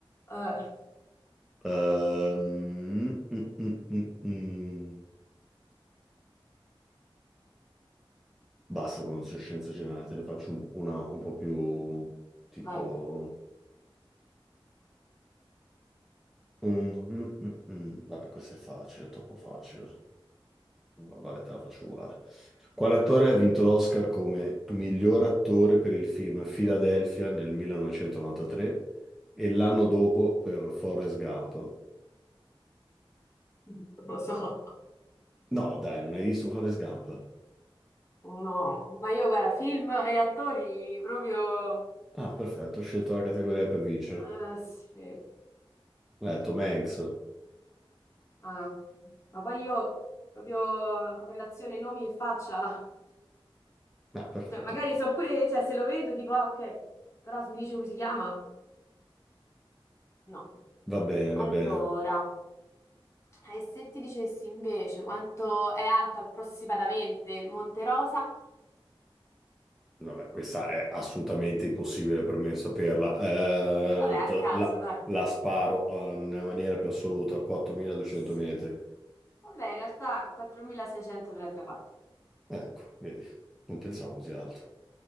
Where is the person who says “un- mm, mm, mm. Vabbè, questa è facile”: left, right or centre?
Centre